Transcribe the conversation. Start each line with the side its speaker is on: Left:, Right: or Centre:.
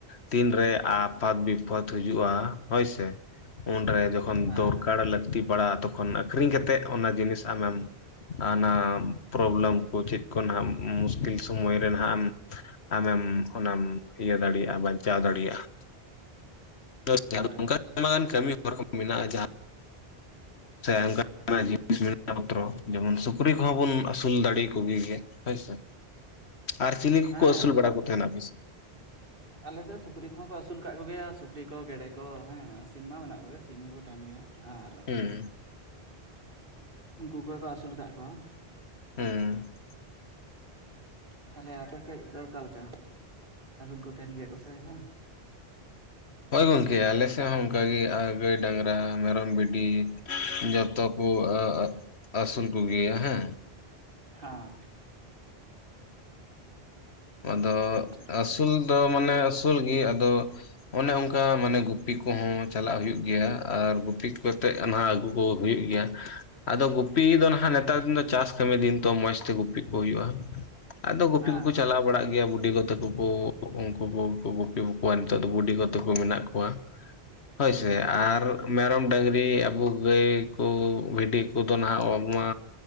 Left: ᱛᱤᱱᱨᱮ ᱟᱯᱟᱛ ᱵᱤᱯᱚᱫ ᱦᱤᱡᱩᱜᱼᱟ ᱦᱳᱭ ᱥᱮ ᱩᱱᱨᱮ ᱡᱚᱼᱼ ᱛᱚᱠᱷᱚᱱ
Right: ᱦᱮᱸ
Left: ᱫᱚᱨᱠᱟᱨ ᱞᱟᱹᱠᱛᱤ ᱯᱟᱲᱟᱜᱼᱟ ᱛᱚᱠᱷᱚᱱ ᱟᱹᱠᱷᱨᱤᱧ ᱠᱟᱛᱮᱫ ᱚᱱᱟ ᱡᱤᱱᱤᱥ ᱟᱢᱮᱢ ᱟᱱᱟ ᱯᱨᱚᱵᱞᱮᱢ ᱠᱚ ᱪᱮᱫ ᱠᱚ ᱱᱟᱦ ᱢᱩᱥᱠᱤᱞ ᱥᱚᱢᱚᱭ ᱨᱮ ᱱᱟᱜ ᱮᱢ ᱟᱢᱮᱢ ᱚᱱᱟᱢ ᱤᱭᱟᱹ ᱫᱟᱲᱮᱭᱟᱜᱼᱟ ᱵᱟᱧᱪᱟᱣ ᱫᱟᱲᱮᱭᱟᱜᱼᱟ᱾ <unintelligible>
Right: ᱦᱳᱭ
Left: ᱠᱟᱹᱢᱤ ᱦᱚᱨ ᱠᱚ ᱢᱮᱱᱟᱜᱼᱟ ᱡᱟᱦᱟᱸ ᱥᱮ ᱚᱱᱠᱟᱱᱟᱜ ᱡᱤᱱᱤᱥ ᱢᱮᱱᱟᱜ <unintelligible> ᱡᱮᱢᱚᱱ ᱥᱩᱠᱨᱤ ᱠᱚᱦᱚᱸ ᱵᱚᱱ ᱟᱹᱥᱩᱞ ᱫᱟᱲᱮ ᱠᱚᱜᱮ ᱜᱮᱭᱟ ᱦᱳᱭᱥᱮ ᱟᱨ ᱪᱤᱞᱤ ᱠᱚᱠᱚ
Right: ᱦᱮᱸ
Left: ᱟᱹᱥᱩᱞ ᱵᱟᱲᱟ ᱠᱚ ᱛᱟᱦᱮᱱᱟ ᱟᱯᱮ ᱥᱮᱫ
Right: ᱟᱞᱮᱥᱮᱫ ᱥᱩᱠᱨᱤ ᱠᱚᱦᱚᱸ ᱠᱚ ᱟᱹᱥᱩᱞ ᱠᱟᱫ ᱠᱚᱜᱮᱭᱟ ᱥᱩᱠᱨᱤ ᱠᱚ ᱜᱮᱰᱮ ᱠᱚ ᱦᱮᱸ ᱥᱤᱢ ᱢᱟ ᱢᱮᱱᱟᱜ ᱠᱚᱜᱮᱭᱟ ᱥᱤᱢ ᱦᱚᱸᱠᱚ ᱛᱟᱦᱮᱱ ᱜᱮᱭᱟ ᱟᱨ
Left: ᱦᱩᱸ
Right: ᱩᱱᱠᱩ ᱠᱚᱜᱮ ᱠᱚ ᱟᱹᱥᱩᱞ ᱟᱠᱟᱫ ᱠᱚᱣᱟ ᱾
Left: ᱦᱩᱸ
Right: ᱛᱟᱦᱚᱞᱮ ᱟᱯᱮ ᱥᱮᱫ ᱫᱚ ᱚᱠᱟᱞᱮᱠᱟ ᱟᱹᱥᱩᱞ ᱠᱚ ᱛᱟᱦᱮᱱ ᱜᱮᱭᱟ ᱠᱚ ᱥᱮ ᱵᱟᱝ
Left: ᱦᱚᱭ ᱜᱚᱝᱠᱮ ᱟᱞᱮᱥᱮᱫ ᱦᱚᱸ ᱚᱱᱠᱟᱜᱮ ᱟ ᱜᱟᱹᱭ ᱰᱟᱝᱨᱟ ᱢᱮᱨᱚᱢ ᱵᱷᱤᱰᱤ <unintelligible> <unintelligible> ᱟᱥᱩᱞ ᱠᱚᱜᱮᱭᱟ ᱦᱮᱸ
Right: ᱦᱮᱸ
Left: ᱟᱫᱚ
Right: ᱟᱪᱪᱷᱟ ᱟᱪᱪᱷᱟ
Left: ᱟᱹᱥᱩᱞ ᱫᱚ ᱢᱟᱱᱮ ᱟᱹᱥᱩᱞ ᱜᱮ ᱟᱫᱚ ᱚᱱᱮ ᱚᱱᱠᱟ ᱢᱟᱱᱮ ᱜᱩᱯᱤ ᱠᱚᱦᱚᱸ ᱪᱟᱞᱟᱜ ᱦᱩᱭᱩᱜ ᱜᱮᱭᱟ ᱟᱨ ᱜᱩᱯᱤ ᱠᱟᱛᱮᱫ <unintelligible> ᱟᱹᱜᱩ ᱠᱚ ᱦᱩᱭᱩᱜ ᱜᱮᱭᱟ ᱟᱫᱚ ᱜᱩᱯᱤ ᱫᱚ ᱱᱟᱦᱟᱜ ᱱᱮᱛᱟᱨ ᱫᱤᱱ ᱫᱚ ᱪᱟᱥ ᱠᱟᱹᱢᱤ ᱫᱤᱱ ᱛᱚ ᱢᱚᱸᱡᱽᱛᱮ ᱜᱩᱯᱤ ᱠᱚ ᱦᱩᱭᱩᱜᱼᱟ ᱾ ᱟᱫᱚ ᱜᱳᱯᱤ
Right: ᱦᱮᱸ
Left: ᱠᱚᱠᱚ ᱪᱟᱞᱟᱣ ᱵᱟᱲᱟᱜ ᱜᱮᱭᱟ ᱵᱩᱰᱤᱜᱚ ᱛᱟᱠᱚ ᱠᱚ ᱩᱱᱠᱩ ᱠᱚᱠᱚ ᱜᱩᱯᱤ ᱠᱚᱣᱟ ᱱᱤᱛᱚᱜ ᱫᱚ ᱵᱩᱰᱤᱜᱚ ᱛᱟᱠᱚ ᱢᱮᱱᱟᱜ ᱠᱚᱣᱟ ᱦᱳᱭ ᱥᱮ ᱟᱨ ᱢᱮᱨᱚᱢ ᱰᱟᱹᱝᱨᱤ ᱟᱵᱚ ᱜᱟᱹᱭ ᱠᱚ ᱵᱷᱤᱰᱤ ᱠᱚᱫᱚ ᱱᱟᱜ <unintelligible> ᱢᱟ